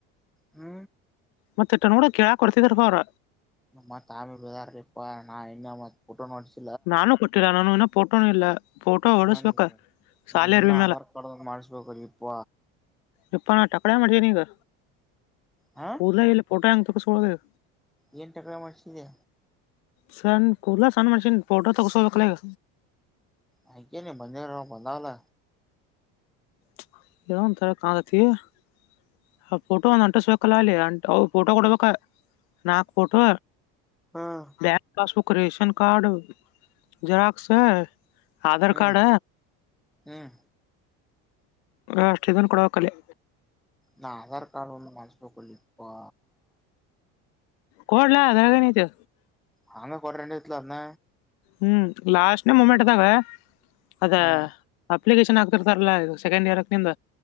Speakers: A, in the centre; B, on the left.
A: ಹ್ಮ
B: ಮತ್ತ ಇಟ್ಟ ಅನ್ನೋಡ್ದ ಕೇಳಕ್ ಕೊಡ್ತಿದ್ರ ಅವ್ರ
A: ನಮ್ಮ ತಾಮಿ ಬಿಾರ ಇಪ್ಪ ನಾ ಇನ್ನಮ್ಮ ಟ್ಟ <unintelligible>
B: ನಾನು ಕೊಟ್ಟಿಲ್ಲ ನಾನು ಇನ್ನೂ ಫೋಟೋನ ಇಲ್ಲ ಫೋಟೋ ಹೊಡಸ್ಬೇಕ
A: ನ
B: ಸಾಲಿ
A: ನಾ ಇನ್ನ
B: ಅರ್ವಿ ಮೇಲೆ
A: ಆಧಾರ್ ಕಾರ್ಡ್ ಮಾಡಿಸ್ಬೇಕ್ರೀಪ್ಪ
B: ಯಪ್ಪ ನಾ ಟಕಳ್ಯಾ ಮಾಡಿನಿ ಈಗ
A: ಹ
B: ಕೂದ್ಲ ಇಲ್ಲ ಪೋಟೋ ಹೆಂಗ ತಗಸ್ಗೋದೀಗ
A: ಏನ್ ಟಕ್ಳ್ಯಾ ಮಾಡ್ಸಿದಿ
B: ಸಣ್ ಕೂದ್ಲ ಸಣ್ ಮಾಡ್ಷೇನಿ ಪೋಟೋ ತಗಸ್ಗೋಬೇಕ್ಲ ಈಗ
A: ಆಯ್ಕೆನಿ ಬಂದಿಲ್ಲ ಬಂದಾವಲ್ಲ
B: <unintelligible> ಆ ಫೋಟೋ ಒಂದ್ ಅಂಟಿಸ್ಬೇಕಲ್ಲ ಅಲ್ಲಿ ಅಂಟ ಅವ ಫೋಟೋ ಕೊಡ್ಬೇಕ ನಾಕ್ ಫೋಟೋ
A: ಹ್ಮ್
B: bank passbook ration card xerox Aadhaar
A: ಹ್ಮ್
B: ಕಾರ್ಡ್
A: ಹ್ಮ್
B: ಅಷ್ಟ ಇದನ್ ಕೊಡಬೇಕಲ್ಲೇ.
A: ನಾ ಆಧಾರ್ ಕಾರ್ಡ್ ಒಂದು ಮಾಡಸ್ಬೇಕುಲ್ಲೇಪ್ಪಾ.
B: ಕೋಡ್ಲಾ ಅದ್ರಾಗೇನೈತಿ
A: ಹಂಗ ಕೊಟ್ರ ಏನ್ ಇತ್ಲ ಅದ್ನ
B: ಹ್ಮ್ ಲಾಸ್ಟ್ ನೇ ಮೂಮೆಂಟ್ದಾಗ ಅದ
A: ಹ್ಮ್
B: ಅಪ್ಲಿಕೇಶನ್ ಹಾಕ್ತಿರ್ತಾರಲ್ಲ ಸೆಕೆಂಡ್ ಇಯರ್ಕ ನಿಂದ